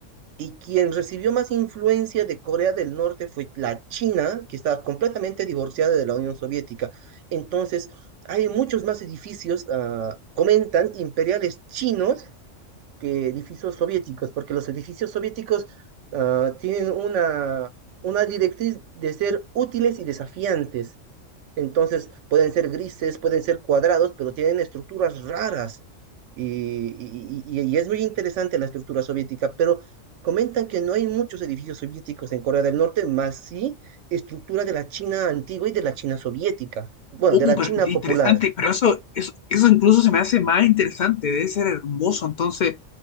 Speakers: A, on the right; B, on the left.
A: Y quien recibió más influencia de Corea del Norte fue la China, que estaba completamente divorciada de la Unión Soviética. Entonces, hay muchos más edificios, ah, comentan, imperiales chinos que edificios soviéticos, porque los edificios soviéticos ah, tienen una, una directriz de ser útiles y desafiantes. Entonces, pueden ser grises, pueden ser cuadrados, pero tienen estructuras raras. Y, y- y- y es muy interesante la estructura soviética, pero comentan que no hay muchos edificios soviéticos en Corea del Norte, más sí estructura de la China antigua y de la China soviética, bueno,
B: Uh,
A: de la
B: pero
A: China
B: in-
A: popular.
B: interesante, pero eso, eso, eso incluso se me hace más interesante, debe ser hermoso. Entonces,